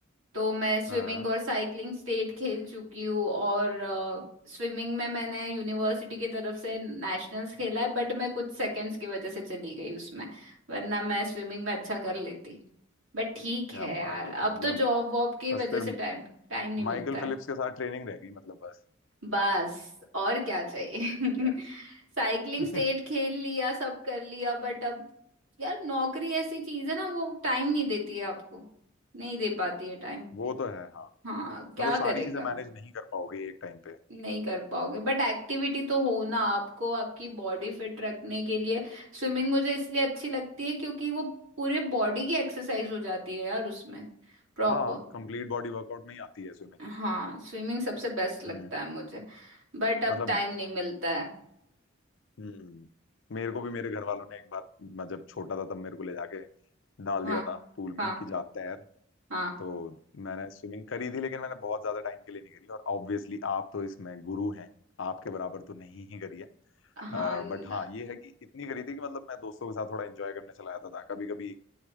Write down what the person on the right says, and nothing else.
तो मैं स्विमिंग
और साइकिलिंग स्टेट खेल चुकी हूँ और स्विमिंग में मैंने यूनिवर्सिटी की तरफ से नेशनल्स खेला है बट मैं कुछ सेकंड्स की वजह से चली गई उसमें वरना मैं स्विमिंग में अच्छा कर लेती बट ठीक
है यार
अब
तो जॉब वॉब की
वजह
से टाइम टाइम नहीं मिलता
है
बस और क्या चाहिए
<laughs> साइकिलिंग
स्टेट खेल लिया सब कर लिया बट अब यार नौकरी ऐसी चीज है ना वो टाइम नहीं देती है आपको नहीं दे पाती है टाइम
हाँ क्या
करेगा
नहीं कर पाओगे बट एक्टिविटी तो हो ना आपको आपकी बॉडी फिट रखने के लिए स्विमिंग मुझे इसलिए अच्छी लगती है क्योंकि वो पूरे बॉडी की एक्सरसाइज हो जाती है यार उसमें प्रॉपर
हाँ स्विमिंग सबसे बेस्ट लगता
है मुझे बट अब
टाइम नहीं मिलता है
हाँ
हाँ
हाँ
हाँ न-